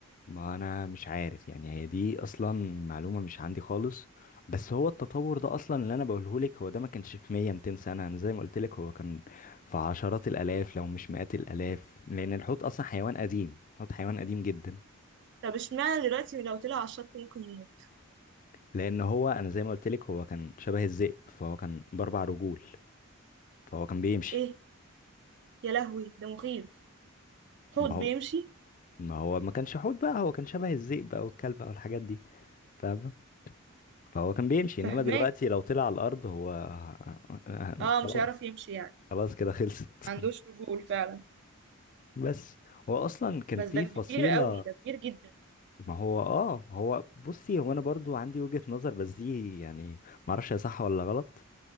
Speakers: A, on the left; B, on the right.
A: ما انا مش عارف يعني هي دي اصلا معلومة مش عندي خالص بس هو التطور ده اصلا اللي انا بقوله لك هو ده ما كانش في 100 200 سنة انا زي ما قلت لك هو كان في عشرات الالاف لو مش مئات الالاف لان الحوت اصلا حيوان قديم الحوت حيوان قديم جدا
B: طب اشمعنى دلوقتي لو طلع على الشط ممكن يموت
A: لان هو انا زي ما قلت لك هو كان شبه الذئب فهو كان باربع رجول فهو كان بيمشي
B: ايه يا لهوي ده مخيف حوت
A: ما
B: بيمشي
A: هو ما هو ما كانش حوت بقى هو كان شبه الذئب بقى والكلب بقى والحاجات دي فاهمه فهو كان بيمشي
B: فهماك
A: انما دلوقتي لو طلع على الارض هو <laughs>
B: اه
A: خلاص
B: مش هيعرف يمشي يعني
A: خلاص كده خلصت
B: ما عندوش رجول فعلا
A: بس هو اصلا كان
B: بس
A: في
B: ده كبير
A: فصيله
B: قوي ده كبير جدا
A: ما هو اه هو بصي هو انا برضو عندي وجهة نظر بس دي يعني ما اعرفش هي صح ولا غلط